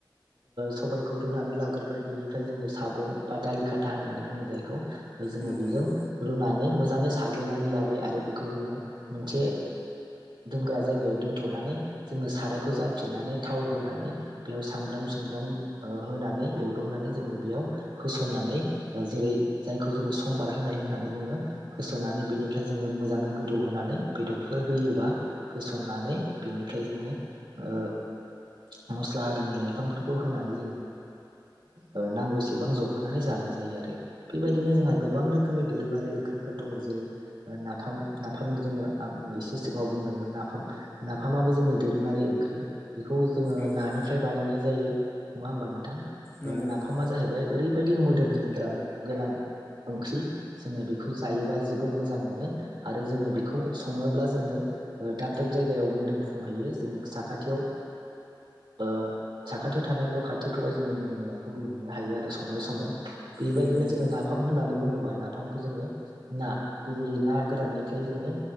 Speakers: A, on the right; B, on the left.
A: सबायाइखौ रुनानै लाग्रोबाय बिनिफ्राय जोङो सागं बा दालि खाथा होननानै बुङो जायखौ जोङो
B: नंगौ
A: बेजों
B: नंगौ
A: नानै मोजाङै साग्लिनानै लाबाय आरो बेखौ जोङो मोनसे दोनग्रा जायगायाव दोनथ नानै जोङो सारायखौ जांफिननानै थाव होनानै बेयाव सामब्राम सुमब्राम होनानै एवदबनानै जोङो बेयाव होसननानै जेरै जायखौ जोङो समबार होनाय होनना बुङो होसननानोय बेनिफ्राय जोङो मोजाङै गोदोव होनानोय बेदर फोर होयोबा होसननानोय बेनिफ्राय जोङो ओ मसलाआरिनि लायफांफोरखौ होनानोय ओ नांगौसेबां जफायनानोय जानाय जायो अरो बिबादिनो गोबां रोखोमनि दोरोङारि ओंख्रिफोर दङ जेरै नाफाम नाफाम जोङो एसे सिगाङाव बुंदोंमोन नाफाम नाफामाबो जोंनि दोरोङारि ओंख्रि बेखौ जोङो
B: औ
A: नानिफ्राय
B: औ
A: बानायनाय जायो। नङा होमबा नोंथां। ओ
B: नंगौ
A: नाफामा
B: नंगौ
A: जाहैबाय ओरैबायदि मो <unintelligible> गोनां ओंख्रि। जोङो बेखौ जायोबा जोबोद मोजां मोनो आरो जोङो बेखौ सङोब्ला जोङो दाब दाब जायगायाव मोदोमफुंहैयो जोङो साखाथियाव ओ साखाथियाव थानाय न खाथिफोराव जोङो मोदोमनायखौ मोननो हायो आरो संनाय समाव। बेबायदिनो
B: नंगौ नंगौ
A: जोङो नाफाम होननानै बुङो बा फामखौ जोङो ना गुबैयै ना गोराननिफ्राय जोङो